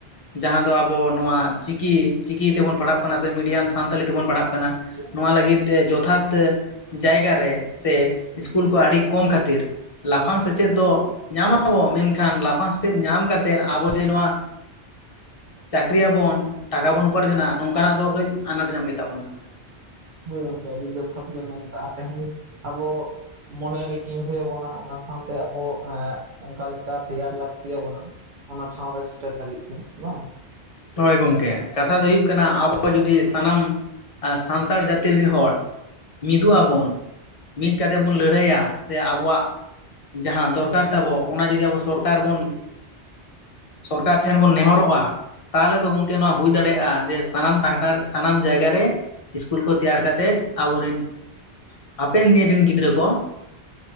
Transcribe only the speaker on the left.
ᱡᱟᱦᱟᱸ ᱫᱚ ᱟᱵᱚ ᱱᱚᱣᱟ ᱪᱤᱠᱤ ᱪᱤᱠᱤ ᱛᱮᱵᱚᱱ ᱯᱟᱲᱦᱟᱜ ᱠᱟᱱᱟ ᱥᱮ ᱢᱤᱰᱤᱭᱟᱢ ᱥᱟᱱᱛᱟᱞᱤ ᱛᱮᱵᱚᱱ ᱯᱟᱲᱦᱟᱜ ᱠᱟᱱᱟ ᱾ ᱱᱚᱣᱟ ᱞᱟᱹᱜᱤᱫ ᱛᱮ ᱡᱚᱛᱷᱟᱛ ᱡᱟᱭᱜᱟᱨᱮ ᱥᱮ ᱤᱥᱠᱩᱞ ᱠᱚ ᱟᱹᱰᱤ ᱠᱚᱢ ᱠᱷᱟᱹᱛᱤᱨ ᱾ ᱞᱟᱯᱷᱟᱝ ᱥᱮᱪᱮᱫ ᱫᱚ ᱧᱟᱢᱟᱵᱚ ᱢᱮᱱᱠᱷᱟᱱ ᱞᱟᱯᱷᱟᱝ ᱥᱮᱪᱮᱫ ᱧᱟᱢ ᱠᱟᱛᱮᱫ ᱟᱵᱚ ᱡᱮ ᱱᱚᱣᱟ ᱪᱟᱹᱠᱨᱤᱭᱟᱵᱚᱱ ᱴᱟᱠᱟ ᱵᱚᱱ ᱩᱯᱟᱨᱡᱚᱱᱟ ᱱᱚᱝᱠᱟᱱᱟᱜ ᱫᱚ ᱠᱟᱹᱡ ᱟᱱᱟᱴ ᱧᱚᱜ ᱜᱮ ᱛᱟᱵᱚᱱᱟ ᱾
ᱦᱚᱭ ᱜᱚᱢᱠᱮ ᱠᱟᱛᱷᱟ ᱫᱚ ᱦᱩᱭᱩᱜ ᱠᱟᱱᱟ ᱟᱵᱚ ᱡᱩᱫᱤ ᱥᱟᱱᱟᱢ ᱟᱨ ᱥᱟᱱᱛᱟᱲ ᱡᱟᱹᱛᱤ ᱨᱤᱱ ᱦᱚᱲ ᱢᱤᱫᱩᱜ ᱟᱵᱚᱱ ᱾ ᱢᱤᱫ ᱠᱟᱛᱮ ᱵᱚᱱ ᱞᱟᱹᱲᱦᱟᱹᱭᱭᱟ ᱥᱮ ᱟᱵᱚᱣᱟᱜ ᱡᱟᱦᱟᱸ ᱫᱚᱨᱠᱟᱨ ᱛᱟᱵᱚ ᱚᱱᱟ ᱡᱩᱚᱫᱤ ᱟᱵᱚ ᱥᱚᱨᱠᱟᱨ ᱵᱚᱱ ᱥᱚᱨᱠᱟᱨ ᱴᱷᱮᱱ ᱵᱚᱱ ᱱᱮᱦᱚᱨᱚᱜᱼᱟ ᱾ ᱛᱟᱦᱚᱞᱮ ᱫᱚ ᱜᱚᱢᱠᱮ ᱱᱚᱣᱟ ᱦᱩᱭ ᱫᱟᱲᱮᱭᱟᱜᱼᱟ ᱡᱮ ᱥᱟᱱᱟᱢ ᱯᱟᱦᱟᱴᱟ ᱥᱟᱱᱟᱢ ᱡᱟᱭᱜᱟ ᱨᱮ ᱾ ᱤᱥᱠᱩᱞ ᱠᱚ ᱛᱮᱭᱟᱨ ᱠᱟᱛᱮᱫ ᱟᱵᱚᱨ ᱨᱤᱱ ᱦᱟᱯᱮᱱ ᱫᱤᱱ ᱨᱤᱱ ᱜᱤᱫᱽᱨᱟᱹ ᱠᱚ